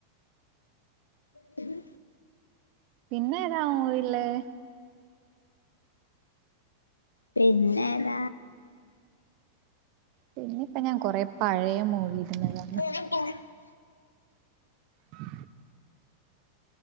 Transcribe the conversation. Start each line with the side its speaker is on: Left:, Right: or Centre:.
Left: പിന്ന
Right: പിന്നെ താ ഓ ഇളെ
Left: പിന്നെത
Right: പിന്നെപ്പ ഞാൻ കൊറെേ പഴയ മൂവി ഇരുന്നതാണ്
Left: എ <inaudible>
Right: ആ